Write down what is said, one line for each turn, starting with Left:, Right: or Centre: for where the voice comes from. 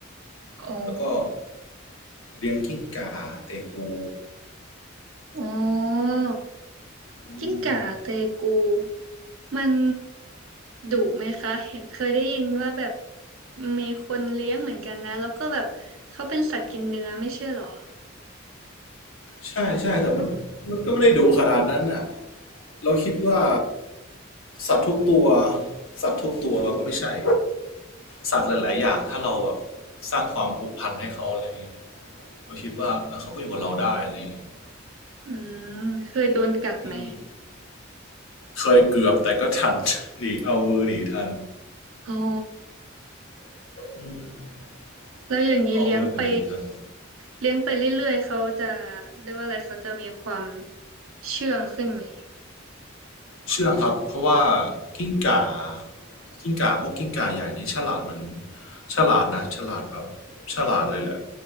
Right: อ๋อ
Left: แล้วก็เลี้ยงกิ้งก่าเตกู
Right: อ๋อ
Left: อืม
Right: กิ้งก่าเตกูมันดุไหมคะเห็นเคยได้ยินว่าแบบมีคนเลี้ยงเหมือนกันนะแล้วก็แบบเขาเป็นสัตว์กินเนื้อไม่ใช่เหรอ
Left: ใช่ใช่แต่มันมันก็ไม่ได้ดุขนาดนั้นน่ะเราคิดว่าสัตว์ทุกตัวสัตว์ทุกตัวก็ไม่ใช่สัตว์หลายๆอย่างถ้าเราแบบสร้างความผูกพันให้เขาอะไรอย่างเงี้ยเราคิดว่าเอ้ยเขาก็อยู่กับเราได้อะไรอย่างเงี้ย
Right: อืมเคยโดนกัดไหม
Left: อืมเคยเกือบแต่ก็ทัน <laughs> หนีเอามือหนีทัน
Right: อ๋อ
Left: อืม
Right: แล้วอย่างนี้เลี้ยงไป
Left: ก็เอามือหนีทัน
Right: เลี้ยงไปเรื่อยๆเขาจะเรียกว่าอะไรเขาจะมีความเชื่องขึ้นไหม
Left: เชื่องครับเพราะว่ากิ้งก่ากิ้งก่าพวกกิ้งก่าใหญ่นี้ฉลาดเหมือนฉลาดนะฉลาดแบบฉลาดเลยแหละ